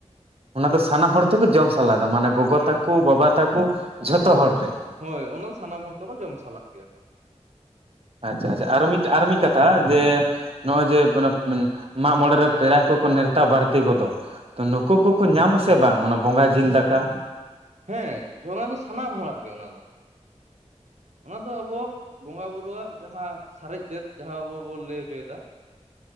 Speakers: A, on the right; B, on the right.
A: ᱚᱱᱟ ᱫᱚ ᱥᱟᱱᱟᱢ ᱦᱚᱲ ᱛᱮᱠᱩ ᱡᱚᱢ ᱥᱟᱞᱟᱜ-ᱟ ᱢᱟᱱᱮ ᱜᱚᱜᱚ
B: ᱦᱮᱸ
A: ᱛᱟᱠᱚ ᱵᱟᱵᱟ ᱛᱟᱠᱚ ᱡᱷᱚᱛᱚ ᱦᱚᱲ ᱛᱮ
B: ᱦᱳᱭ ᱚᱱᱟ ᱫᱚ ᱥᱟᱱᱟᱢ ᱦᱚᱲ ᱛᱮᱠᱚ ᱡᱚᱢ ᱥᱟᱞᱟᱜ ᱜᱮᱭᱟ᱾
A: ᱟᱪᱪᱷᱟ ᱟᱪᱷᱟ ᱟᱨᱚ ᱢᱤᱫ ᱟᱨ ᱢᱤᱫ ᱠᱟᱛᱷᱟ ᱡᱮ ᱱᱚᱜᱼᱚᱭ ᱡᱮ ᱢᱟᱜ ᱢᱚᱬᱮ ᱨᱮ ᱯᱮᱲᱟ ᱠᱚᱠᱚ ᱱᱮᱣᱛᱟ ᱵᱟᱲᱛᱤ ᱠᱚᱫᱚ ᱛᱚ ᱱᱩᱠᱩ ᱠᱚᱠᱩ ᱧᱟᱢ ᱟᱥᱮ ᱵᱟᱝ ᱚᱱᱟ ᱵᱚᱸᱜᱟ ᱡᱤᱞ ᱫᱟᱠᱟ
B: ᱦᱮᱸ <inaudible> ᱫᱚ ᱥᱟᱱᱟᱢ ᱦᱚᱲᱟᱜ ᱜᱮ ᱚᱱᱟ ᱫᱚ ᱚᱱᱟ ᱫᱚ ᱟᱵᱚ ᱵᱚᱸᱜᱟ ᱵᱩᱨᱩᱣᱟᱜ ᱡᱟᱦᱟᱸ ᱥᱟᱨᱮᱡ ᱛᱮᱫ ᱡᱟᱦᱟᱸ ᱟᱵᱚ ᱵᱚ ᱞᱟᱹᱭ ᱦᱚᱪᱚᱭᱮᱫᱟ᱾